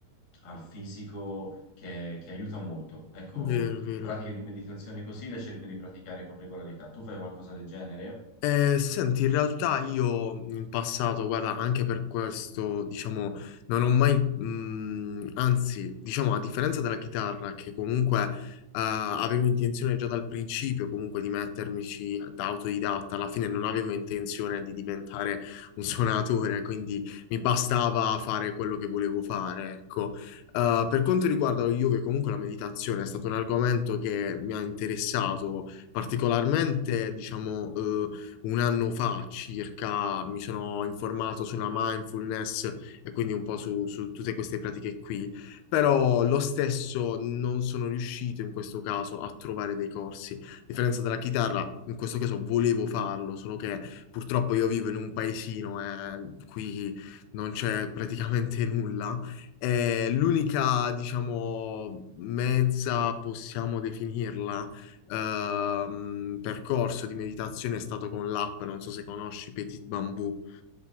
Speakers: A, on the left (about 40°); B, on the left (about 85°).
A: al fisico che, che aiuta molto. Ecco,
B: vero, vero.
A: pratiche di meditazione così le cerco di praticare con regolarità. Tu fai qualcosa del genere?
B: Eh, senti, in realtà io in passato, guarda, anche per questo, diciamo, non ho mai, mh, anzi, diciamo, a differenza della chitarra, che comunque eh, avevo intenzione già dal principio comunque di mettermici da autodidatta, alla fine non avevo intenzione di diventare un suonatore, quindi mi bastava fare quello che volevo fare, ecco. Eh, per quanto riguarda lo yoga, comunque la meditazione è stato un argomento che mi ha interessato particolarmente, diciamo, eh, un anno fa circa mi sono informato sulla mindfulness e quindi un po' su, su tutte queste pratiche qui, però lo stesso non sono riuscito in questo caso a trovare dei corsi. A differenza della chitarra, in questo caso volevo farlo, solo che purtroppo io vivo in un paesino e qui non c'è praticamente nulla. Eh, l'unica, diciamo, mezza possiamo definirla ehm, percorso di meditazione è stato con l'app, non so se conosci Petit Bamboo.